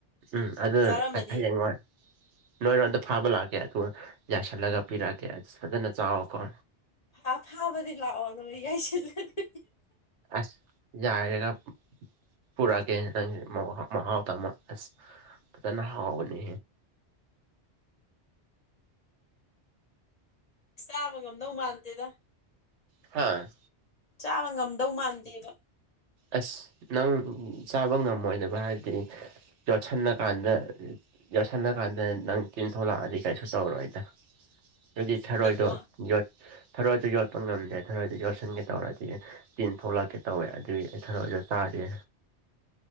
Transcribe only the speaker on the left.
ꯆꯥꯔꯝꯃꯗꯤ
ꯑꯥ ꯊꯥꯕꯗꯤ ꯂꯥꯛꯑꯣ ꯑꯗꯨꯒ ꯌꯥꯏꯁꯤꯜꯂꯗꯤ
ꯆꯥꯕ ꯉꯝꯗꯧ ꯃꯥꯟꯗꯦꯗ
ꯆꯥꯕ ꯉꯝꯗꯧ ꯃꯥꯟꯗꯦꯕ
ꯆꯤꯟꯗꯀꯣ